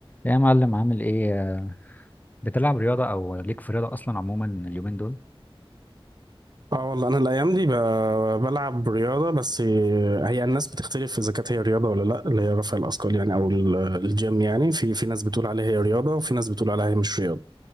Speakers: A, on the left; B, on the right.
A: يا معلم عامل ايه بتلعب رياضة او ليك في رياضة اصلا عموما اليومين دول
B: اه والله انا الايام دي ب- بلعب رياضه بس هي الناس بتختلف اذا كانت هي رياضه ولا لا اللي هي رفع الاثقال يعني او ال- الجيم يعني في في ناس بتقول عليها هي رياضه وفي ناس بتقول عليها هي مش رياضه